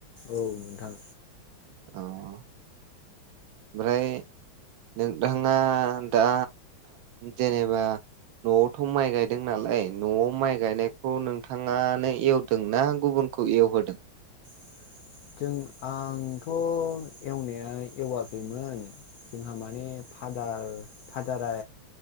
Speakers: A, on the left; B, on the right.
A: औ नोंथां
B: अ ओमफ्राय नोंथाङा दा जेनेबा न'आवथ' माइ गायदों नालाय न'आव माइ गायनायखौ नोंथाङानो एवदोंना गुबुन खौ एवहोदों?
A: <inaudible> जों आंथ' एवनाया एवाखैमोन जोंहा माने फादार-फादारा